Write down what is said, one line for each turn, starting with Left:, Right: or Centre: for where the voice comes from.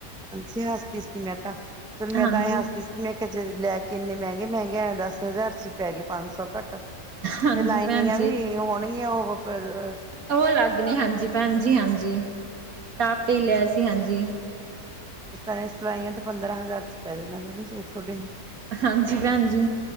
Centre: ਹਾਂਜੀ ਹੱਸਦੀ ਸੀ ਮੈਂ ਤਾਂ, ਚਲੋ ਮੈਂ
Right: ਹਾਂਜੀ
Centre: ਤਾਂ ਇਹ ਹੱਸਦੀ
Right: ਹਾਂਜੀ
Centre: ਸੀ ਮੈਂ ਕੇਆ ਜੇ ਲੈ ਕੇ ਏਨੇ ਮੈਂਗੇ-ਮੈਂਗੇ ਆਏ ਦਸ ਹਜ਼ਾਰ ਚ ਪੈ ਗਏ ਪਾ ਸੌ ਘੱਟ। ਫੇਰ
Right: ਹਾਂਜੀ
Centre: ਲਾਈਨੀਂਗਾਂ
Right: ਭੈਣ
Centre: ਵੀ ਹੋਣਗੀਆਂ ਉਹੋ <unintelligible>
Right: ਓ ਅਲੱਗ ਨੇ ਹਾਂਜੀ ਭੈਣਜੀ ਹਾਂਜੀ, ਟਾਪਟੀ ਲੈ ਸੀ ਹਾਂਜੀ।
Centre: ਓ ਤਰਾਂ ਸਲਾਈਆਂ ਤੇ ਪੰਦਰਾਂ ਹਜ਼ਾਰ ਚ ਪੈ ਜਾਣੇਆ ਦੋਨੋ ਸੂਟ ਸੋਡੇ।
Right: ਹਾਂਜੀ ਭੈਣ ਜੀ,